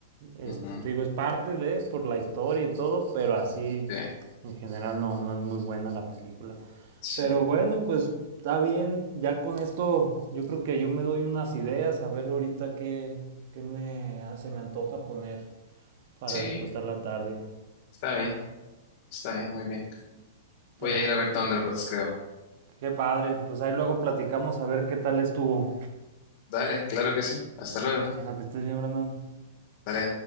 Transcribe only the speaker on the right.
Este,
te digo, es parte de, por la historia y todo, pero así
en general no, no es muy buena la película.
Pero bueno, pues está bien, ya con esto yo creo que yo me doy unas ideas, a ver ahorita qué, qué me, ah, se me antoja poner para
disfrutar la tarde.
Perfecto.
Qué padre, pues ahí luego platicamos a ver qué tal estuvo.
Bueno, que estés bien, Brandon.